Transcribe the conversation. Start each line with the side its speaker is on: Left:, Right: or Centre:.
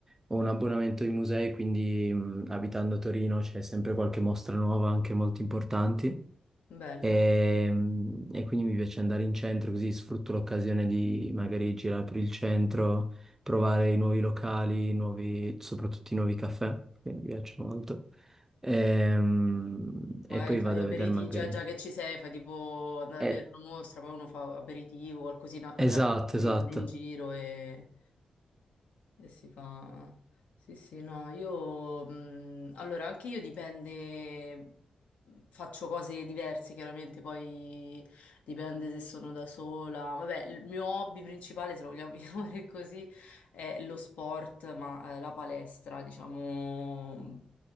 Right: ho un abbonamento ai musei, quindi mh, abitando a Torino c'è sempre qualche mostra nuova, anche molto importanti.
Left: Bello.
Right: E, mm, e quindi mi piace andare in centro così sfrutto l'occasione di magari girare per il centro, provare i nuovi locali, i nuovi- soprattutto i nuovi caffè, che mi piacciono molto. E, mm,
Left: Magari
Right: e poi
Left: fai
Right: vado
Left: aperitivo,
Right: a vedere magari.
Left: cioè già che ci sei, fai tipo andare
Right: Eh,
Left: a vedere una mostra, poi uno fa aperitivo, qualcosina,
Right: esatto,
Left: già che si
Right: esatto.
Left: rimane in giro e... E si fa... Sì, sì, no, io... mh, allora, anche io dipende... mhmm, Faccio cose diverse, chiaramente, poi dipende se sono da sola. Vabbè, il mio hobby principale, se lo vogliamo <laughs> chiamare così, è lo sport, ma eh, la palestra, diciamo... mhmm,